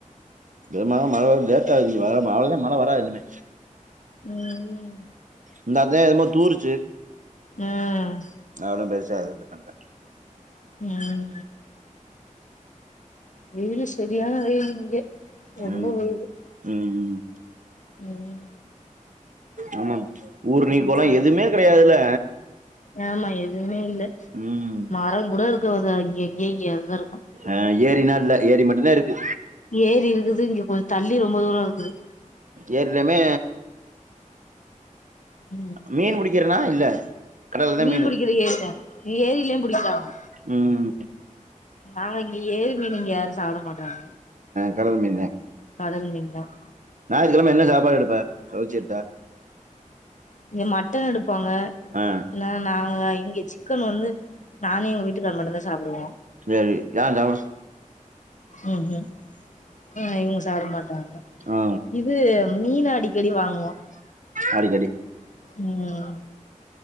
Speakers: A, on the right; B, on the left.
A: விதமா மழை வராது வ அவ மழை வராது இனிமே
B: உஹம்
A: இந்த அதான் எம தூருச்சு
B: உம்
A: அவளும் பெருசாது இது பண்ணல
B: உம் வெயில்லு செரியான வெயில் இங்க ரொம்ப
A: ம்
B: வெயில்லு
A: ம்
B: உம்
A: ஆமா ஊர் நீக்கலம் எதுவுமே கிடையாதுல
B: ஆமா எதுவுமே இல்ல
A: ம்
B: மரம் கூட இருக்கு தாே தா இங்க இங்க இங்கய அதுதான் இருக்கும்
A: ஆ ஏரினா இல்ல ஏரி மட்டும்தான் இருக்கு
B: ஏரி இருக்குது இங்க கொஞ்ச தள்ளி ரொம்ப தூரம் இருக்குது
A: ஏர்லாமே
B: ம்
A: மீன் பிடிக்க க்கிறனா இல்ல கடல்ல தா
B: மீன்
A: மீனு
B: பிடிக்கிற ஏரிதான் ஏரியிலும் பிடிக்கிறாங்க
A: ம்
B: ஆனா இங்க ஏரிமீன் நீங்க யாரும் சாப்பிட மாட்டாங்க
A: கடல் மீந்தே
B: கடல் மீன் தான்
A: ஞாயிற்றுக்கிழமை என்ன சாப்பாடு எடுப்ப கவுச்சி எடுத்தா
B: நீங்க மட்டன் எடுப் பாங்க
A: ஆ
B: என்ன நாங்க இங்க சிக்கன் வந்து நானே எங்க வீட்டுக்கார் மட்டும்தான் சாப்பிடுவோம்
A: சரி யாண்டாவ
B: உம் உம் ஆஹ் இவுங்க சாப்பிட மாட்டாங்க
A: ஆ
B: இது மீன் அடிக்கடி வாங்குவோம்
A: அடிக்கடி
B: உம்